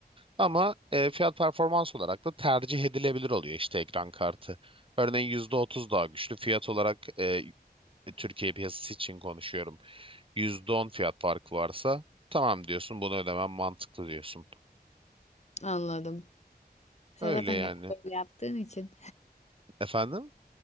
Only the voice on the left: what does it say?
Anladım. Sen
zaten
genelde öyle yaptığın için.